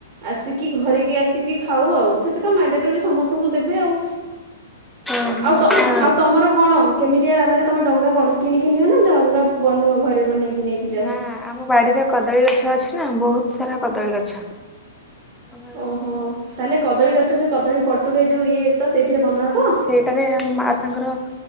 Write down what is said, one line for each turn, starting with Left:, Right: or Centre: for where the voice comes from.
Right: ଆସିକି ଘରିକି ଆସିକି ଖାଉ ଆଉ ସେଟା ତ ମାଡି ଟୋରି ସମସ୍ତଙ୍କୁ ଦେବେ ଆଉ।
Centre: ହଁ। ଓହୋ
Right: ଆଉ ଆଉ ତମର କଣ କେମିତିଆ ମାନେ ତମେ ଡଙ୍ଗା କଣ କିଣିକିିନଅ ନା ଡଙ୍ଗା ବନୁ ଘରେ। ବନେକି ନେଇକି ଯାଅ।
Centre: ନା ଆମ ବାଡିରେ କଦଳୀ ଗଛ ଅଛି ନା ବହୁତ ସାରା କଦଳୀ ଗଛ। ଆମର
Right: ଓହୋ
Centre: ଆମ
Right: ତାହେଲେ କଦଳୀ ଗଛ ଯୋଉ କଦଳୀ ପଟୁରେ ଯୋଉ ଇଏ ତ ସେଇଥିରେ ବ ନା ତ।
Centre: ସେଇଟାରେ ଆମ ମା ତାଙ୍କର